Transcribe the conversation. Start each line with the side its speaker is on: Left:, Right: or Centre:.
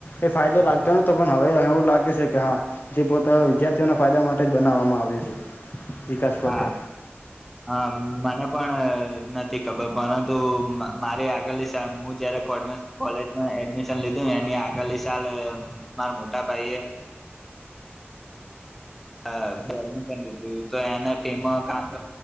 Left: એ ફાયદો લાગતો નતો પણ હવે એવું લાગે છે કે હા જે પોતા વિદ્યાર્થીઓના ફાયદા માટે જ બનાવવામાં આવ્યો છે વિકાસ પોર્ટલ
Centre: હા હા મને પણ નથી ખબર પરંતુ મારી આગળ લી હું જયારે કૉમેર્સ કોલેજ એડમિશન લીધું એની આગળલી સાલ માર મોટા ભાઈ એ એડમિશન લીધુંું તો એને ફીમાં ક્યાક